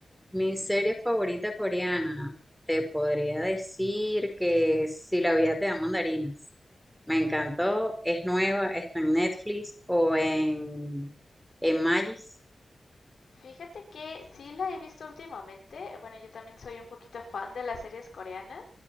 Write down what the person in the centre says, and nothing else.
Mi serie favorita coreana, te podría decir que Si la vida te da mandarinas. Me encantó, es nueva, está en Netflix o en, en Magis.